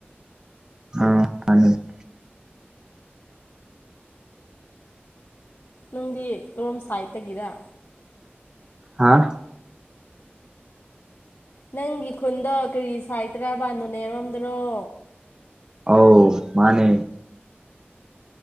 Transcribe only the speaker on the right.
ꯑꯥ <unintelligible>
ꯍꯥꯥ
ꯑꯧ ꯃꯥꯅꯦ